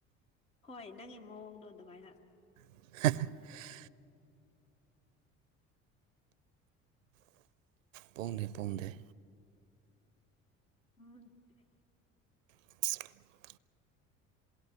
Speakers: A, on the left; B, on the right.
A: ꯍꯣꯏ ꯅꯪꯒꯤ ꯃꯑꯣꯡꯗꯣ ꯑꯗꯨꯃꯥꯏꯅ
B: <unintelligible> ꯄꯣꯡꯗꯦ ꯄꯣꯡꯗꯦ
A: <unintelligible>
B: <unintelligible>